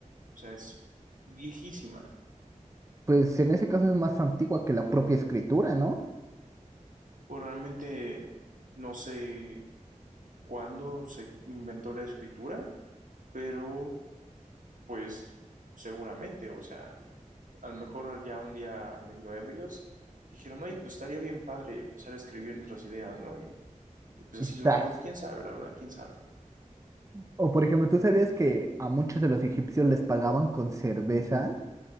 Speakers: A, on the right (about 80°); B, on the right (about 25°).
A: O sea, es viejísima.
B: Pues en ese caso es más antigua que la propia escritura, ¿no?
A: Pues realmente no sé cuándo se inventó la escritura, pero pues seguramente, o sea, a lo mejor ya un día medio ebrios dijeron, oye, pues estaría bien padre empezar a escribir nuestras ideas, ¿no? Y Y pues
B: Quizás.
A: así surgió, quién sabe, la verdad, quién sabe.
B: O por ejemplo, ¿tú sabías que a muchos de los egipcios les pagaban con cerveza?